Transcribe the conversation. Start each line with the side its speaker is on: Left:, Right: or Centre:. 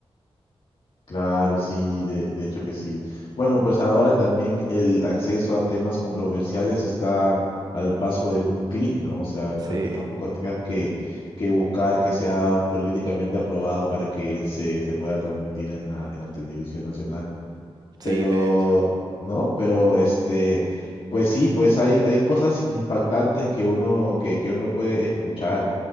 Left: Claro, sí, de, de hecho que sí. Bueno, pues ahora también el acceso a temas controversiales está al paso de un clic, ¿no? O sea,
Right: Sí,
Left: no es que tampoco tengas que, que buscar que sea políticamente aprobado para que se, se pueda transmitir en la, en la televisión nacional.
Right: sí,
Left: pero
Right: de hecho.
Left: no, pero este, pues sí, pues hay, hay cosas impactantes que uno, que, que uno puede escuchar